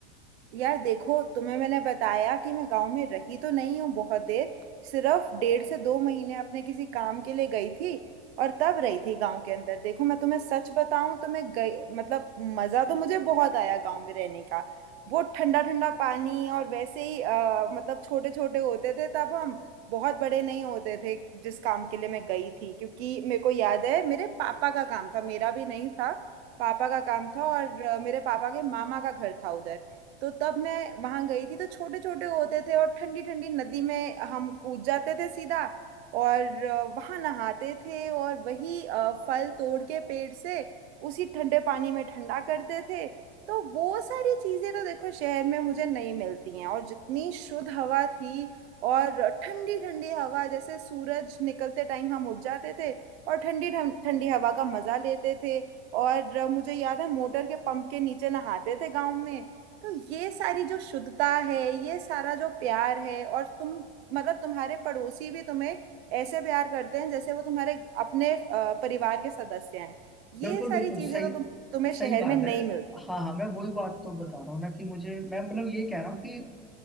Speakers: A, on the right; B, in the centre.
A: यार देखो तुम्हें मैंने बताया कि मैं गांव में रही तो नहीं हूँ बहुत देर सिर्फ डेढ़ से दो महीने अपने किसी काम के लिए गई थी और तब रही थी गांव के अंदर देखो मैं तुम्हें सच बताऊं तो मैं गई मतलब मज़ा तो मुझे बहुत आया गांव में रहने का वो ठंडा ठंडा पानी और वैसे ही अ, मतलब छोटे छोटे होते थे तब हम बहुत बड़े नहीं होते थे जिस काम के लिए मैं गई थी क्योंकि मेरे को याद है मेरे पापा का काम था मेरा भी नहीं था पापा का काम था और अ, मेरे पापा के मामा का घर था उधर तो तब मैं वहां गई थी तो छोटे छोटे होते थे और ठंडी ठंडी नदी में हम कूद जाते थे सीधा और अ, वहां नहाते थे और वही अ, फल तोड़ के पेड़ से उसी ठंडे पानी में ठंडा करते थे तो वो सारी चीजें तो देखो शहर में मुझे नहीं मिलती हैं और जितनी शुद्ध हवा थी और ठंडी ठंडी हवा जैसे सूरज निकलते टाइम हम उठ जाते थे और ठंडी ठं- ठंडी हवा का मजा लेते थे और मुझे याद है मोटर के पंप के नीचे नहाते थे गांव में तो ये सारी जो शुद्धता है ये सारा जो प्यार है और तुम मतलब तुम्हारे पड़ोसी भी तुम्हें ऐसे प्यार करते हैं जैसे वो तुम्हारे अपने अ, परिवार के सदस्य हैं ये
B: बिल्कुल
A: सारी
B: बिल्कुल
A: चीजें
B: सही
A: तो तुम तुम्हें शहर
B: सही बात
A: में नहीं
B: है
A: मिलती
B: हाँ हाँ मैं वही बात तो बता रहा हूँ ना कि मुझे मैं मतलब ये कह रहा हूँ कि